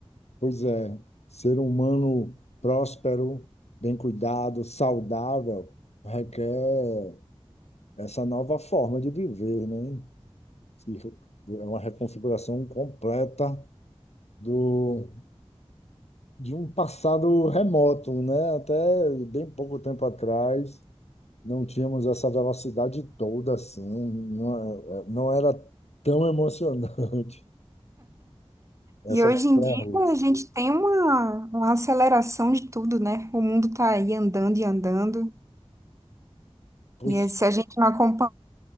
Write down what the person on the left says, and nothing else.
Pois é, ser humano próspero, bem cuidado, saudável, requer essa nova forma de viver, né? Se- É uma reconfiguração completa do, de um passado remoto, né? Até bem pouco tempo atrás não tínhamos essa velocidade toda assim, não, é- não era tão emocionante <laughs> essa
montanha
russa.
Pois